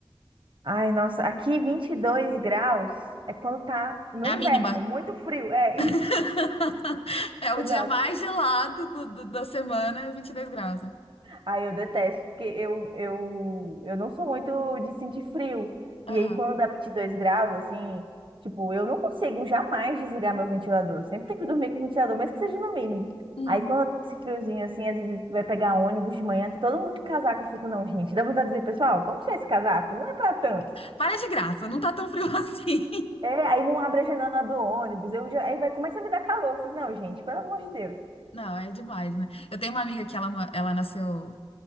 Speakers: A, on the right (about 60°); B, on the left (about 80°).
A: Ai, nossa, aqui 22 graus é quando tá no
B: É
A: inverno,
B: a mínima.
A: muito frio, é isso.
B: <laughs>
A: <laughs>
B: É o
A: Exato.
B: dia mais gelado do- do- da semana, é 22 graus, né?
A: Ai, eu detesto, porque eu, eu, eu não sou muito de sentir frio.
B: Aham.
A: E aí, quando dá 22 graus, assim, tipo, eu não consigo jamais desligar meu ventilador. Eu Sempre tenho que dormir com o ventilador, mesmo que seja no mínimo.
B: Uhum.
A: Aí, quando dá esse friozinho, assim, às vezes vai pegar ônibus de manhã, tá todo mundo de casaco, eu fico, não, gente, dá vontade de dizer, pessoal, vamos tirar esse casaco, não é pra tanto.
B: Para de graça, não tá tão frio <laughs> assim.
A: É, aí não abre a janela do ônibus. Eu já, aí vai, começa a me dar calor. Eu fiz, não, gente, pelo amor de Deus.
B: Não, é demais, né? Eu tenho uma amiga que ela, mo- ela nasceu,